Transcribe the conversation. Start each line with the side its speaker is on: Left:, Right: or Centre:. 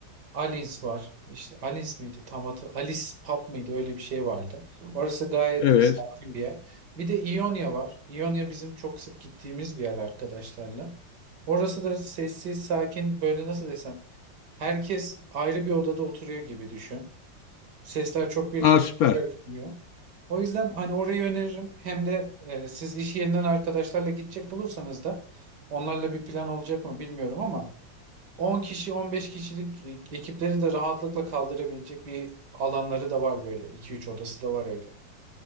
Right: Alins var. İşte Alins miydi? Tam hatı Alice Pub mıydı? Öyle bir şey vardı. Orası gayet
Left: Evet.
Right: sakin bir yer. Bir de İonya var. İonya bizim çok sık gittiğimiz bir yer arkadaşlarla. Orası da sessiz, sakin, böyle nasıl desem. Herkes ayrı bir odada oturuyor gibi düşün. Sesler çok birbirine
Left: Aa süper.
Right: karışmıyor. O yüzden hani orayı öneririm. Hem de e, siz iş yerinden arkadaşlarla gidecek olursanız da onlarla bir plan olacak mı bilmiyorum ama 10 kişi 15 kişilik e- ekipleri de rahatlıkla kaldırabilecek bir alanları da var böyle. 2-3 odası da var öyle.